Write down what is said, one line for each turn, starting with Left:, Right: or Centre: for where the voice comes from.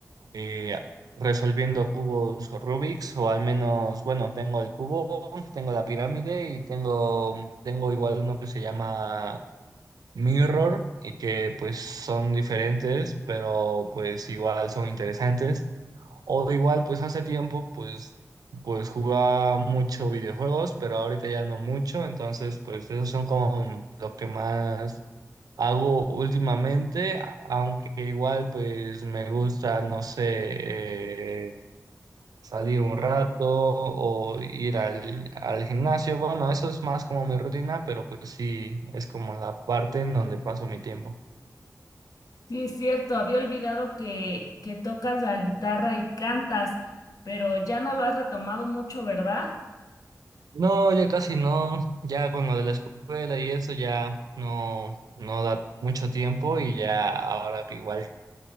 Right: eh, resolviendo cubos Rubik's, o al menos, bueno, tengo el cubo, tengo la pirámide y tengo, tengo igual uno que se llama Mirror y que pues son diferentes, pero pues igual son interesantes. O igual, pues hace tiempo, pues, pues jugaba mucho videojuegos, pero ahorita ya no mucho, entonces pues esos son como lo que más hago últimamente, a- aunque igual pues me gusta, no sé, eh, salir un rato o ir al, al gimnasio. Bueno, eso es más como mi rutina, pero pues sí, es como la parte en donde paso mi tiempo.
Left: Sí, es cierto, había olvidado que, que tocas la guitarra y cantas, pero ya no lo has retomado mucho, ¿verdad?
Right: No, ya casi no, ya con lo de la escuela y eso ya no, no da mucho tiempo y ya ahora igual